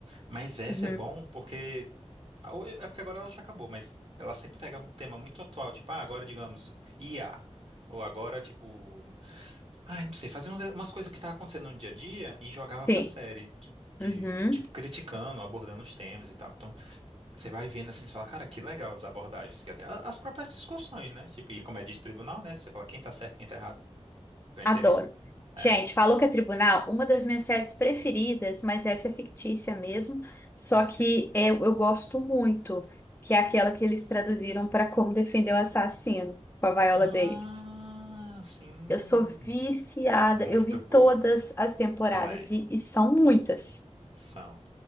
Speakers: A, on the right; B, on the left.
A: Mas essa
B: Uhum.
A: é bom porque a o- é porque agora ela já acabou, mas ela sempre pega um tema muito atual, tipo, ah, agora digamos IA, ou agora tipo, ah, não sei, fazia uns- umas coisas que tá acontecendo no dia a dia e jogava
B: Sim.
A: pra série de, de,
B: Uhum.
A: tipo criticando, abordando os temas e tal. Então, você vai vendo assim, você fala, cara, que legal as abordagens, que até a- as próprias discussões, né? Tipo, e como é de tribunal, né? Você fala quem tá certo, quem tá errado. Então é
B: Adoro.
A: interessante. É.
B: Gente, falou que é tribunal, uma das minhas séries preferidas, mas essa é fictícia mesmo, só
A: Ó.
B: que é- eu gosto muito, que é aquela que eles traduziram para Como Defender o Assassino, com a Viola
A: Ah,
B: Davis.
A: sim.
B: Eu sou viciada,
A: Muito
B: eu vi
A: boa.
B: todas as temporadas
A: Então é,
B: e, e são muitas.
A: são.